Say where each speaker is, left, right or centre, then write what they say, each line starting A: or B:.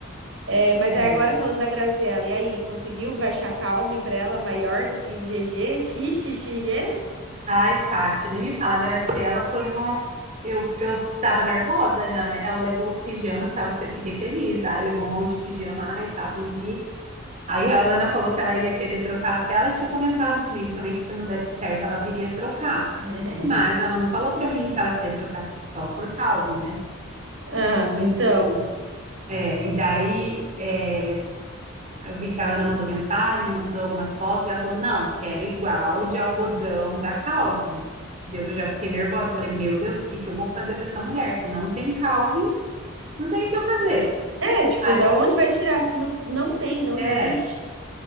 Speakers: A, on the right (about 65°); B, on the right (about 30°).
A: É, mas
B: é.
A: aí agora falando da Graziella, e aí, conseguiu verchar Calvin pra ela maior do que GG? XXXG?
B: Ai, Paty, nem me fala, a Graciela foi uma. Eu, eu tava nervosa já, né? Ela levou os pijamas, tava, fe- fiquei feliz. Ai, levou um monte de pijama, ai, tá, vendi. Aí a Ana falou que ela ia querer trocar até ela tinha comentado comigo também que se não desse certo, ela viria trocar.
A: <laughs>
B: Mas ela não falou pra mim que ela queria trocar só por Calvin, né?
A: Ah,
B: E,
A: então.
B: é, e daí é, eu vi que a Ana mandou mensagem, mandou algumas fotos, e ela falou: não, quero igual de algodão da Calvin. Daí Eu já fiquei nervosa, falei, meu Deus, o que que eu vou fazer pra essa mulher? Se não tem Calvin, não tem o que eu fazer.
A: É, tipo,
B: Aí,
A: da onde vai tirar? Se não, não tem, não
B: é,
A: existe.